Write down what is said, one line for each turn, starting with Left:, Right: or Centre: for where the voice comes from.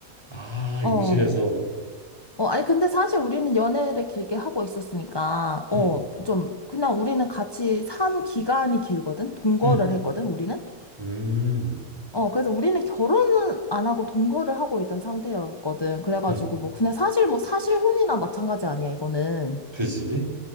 Right: 아
Left: 어.
Right: 임신해서
Left: 어 아니 근데 사실 우리는 연애를 길게 하고 있었으니까
Right: 음,
Left: 어 좀 그냥 우리는 같이 산 기간이 길거든. 동거를
Right: 음,
Left: 했거든 우리는.
Right: 음,
Left: 어, 그래서 우리는 결혼은 안 하고 동거를 하고 있던 상태였거든. 그래가지고
Right: 음,
Left: 뭐, 그냥 사실 뭐 사실혼이나 마찬가지 아니야, 이거는.
Right: 그지?